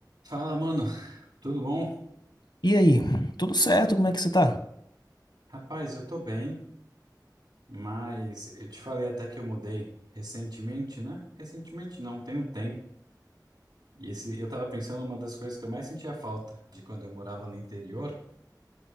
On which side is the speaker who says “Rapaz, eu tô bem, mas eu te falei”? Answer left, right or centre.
Right